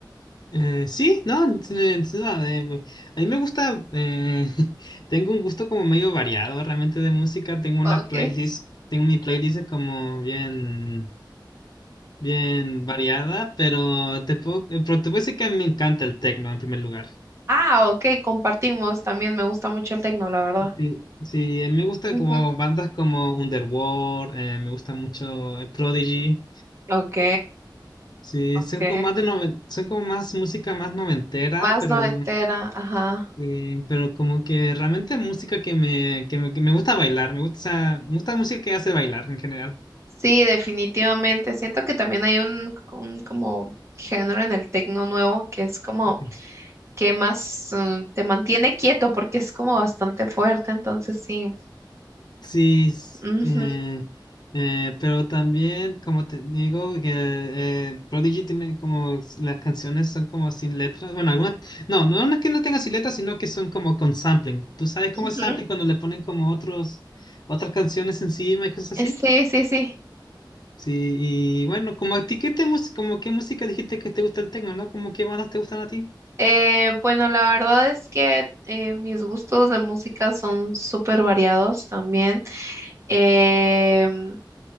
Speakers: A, on the left (about 55°); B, on the right (about 35°).
A: Eh, sí, no, n- n- no, eh, me- a mí me gusta, eh, <laughs> tengo un gusto como medio variado realmente de música, tengo una
B: Okay.
A: playlist, tengo mi playlist como bien, bien variada, pero te puedo, eh, pero te puedo decir que a mí me encanta el techno en primer lugar.
B: Ah, ok, compartimos, también me gusta mucho el tecno, la verdad.
A: Sí, sí, eh, me gusta
B: Ujú.
A: como bandas como Underworld, eh, me gusta mucho eh, Prodigy,
B: Ok,
A: sí,
B: ok.
A: son como más de noven- son como más música más noventera,
B: Más
A: pero...
B: noventera, ajá.
A: Sí, pero como que realmente música que me, que me, que me gusta bailar, me gusta, o sea, me gusta música que hace bailar en general.
B: Sí, definitivamente. Siento que también hay un, un como género en el tecno nuevo que es como
A: Sí,
B: que más mm, te mantiene quieto porque es como bastante fuerte, entonces sí.
A: Sí, s-
B: Ujú,
A: eh, eh, pero también, como te digo, que eh, Prodigy tiene como s- las canciones son como sin letras. Bueno, algunas, no, no no es que no tenga sin letras, sino que son como con sampling. ¿Tú sabes cómo
B: ujú.
A: es sampling cuando le ponen como otros, otras canciones encima y cosas así?
B: Eh, Sí, sí, sí.
A: Sí, y bueno, como a ti, ¿qué te mus- como qué música dijiste que te gusta el techno, ¿no? Como qué bandas te gustan a ti?
B: Eh, bueno, la verdad es que eh, mis gustos de música son súper variados también. Em,